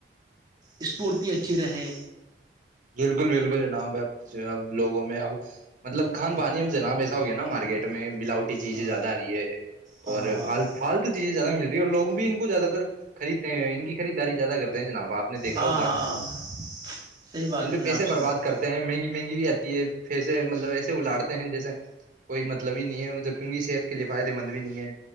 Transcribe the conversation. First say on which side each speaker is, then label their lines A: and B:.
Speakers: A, on the right; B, on the right.
A: اسفورتی اچھی رہے
B: بالکل بالکل جناب اب اب لوگوں میں اب مطلب کھان پانی میں جناب ایسا ہو گیا نا مارکیٹ میں ملاوٹی چیزیں
A: ہاں
B: زیادہ آ رہی ہے
A: ہاں
B: اور
A: ہاں
B: فالتو
A: ہاں
B: چیزیں زیادہ ملتی لوگ بھی کو زیادہ تر خریدتے ہیں ان کی خریداری زیادہ کرتے ہیں جناب آپ نے دیکھا
A: ہاں
B: ہوگا
A: ہاں ہاں صحیح بات
B: ان پ
A: ہے جناب
B: پیسے
A: صحیح
B: برباد
A: بات
B: کرتے ہیں مہنگی مہنگی بھی آتی ہے پھر سے مطلب ایسے اڑتے ہیں جیسے کوئی مطلب ہی نہیں ہے جب کیونک صحت کے لیے فائدے مند بھی نہیں ہے